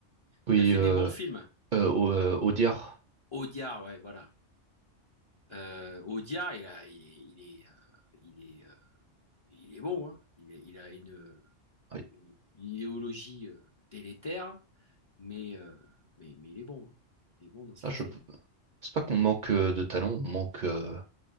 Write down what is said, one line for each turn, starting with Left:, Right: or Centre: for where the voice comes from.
Right: oui,
Left: Il a fait
Right: euh,
Left: des bons films.
Right: euh, Au- euh, Audiard.
Left: Audiard, ouais, voilà. Euh, Audiard, il a, il est, il est, euh, il est, euh, il est bon, hein. Il est- il a une,
Right: Oui.
Left: une- une idéologie euh, délétère, mais, euh, mais, mais il est bon, hein. Il est bon dans ce
Right: Ah,
Left: qu'il
Right: je
Left: fait.
Right: pense pas qu'on manque euh, de talent, on manque. euh,